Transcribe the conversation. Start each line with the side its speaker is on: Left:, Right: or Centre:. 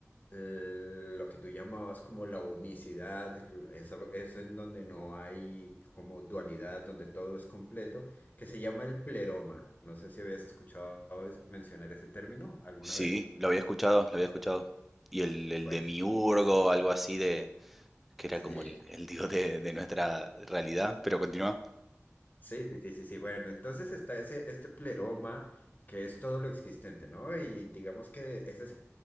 Left: eh, lo que tú llamabas como la unicidad, esa- eso en donde no hay como dualidad, donde todo es completo, que se llama el pleroma. No sé si habías escuchado es- mencionar ese término alguna
Centre: Sí,
Left: vez.
Centre: lo había escuchado, lo había escuchado. Y el, el
Left: Bueno,
Centre: de miurgo, algo así de, que era
Left: sí.
Centre: como el, el dios de, de nuestra realidad, pero continúa.
Left: Sí, sí, sí, sí, sí. Bueno, entonces está ese, este pleroma, que es todo lo existente, ¿no? Y digamos que ese se-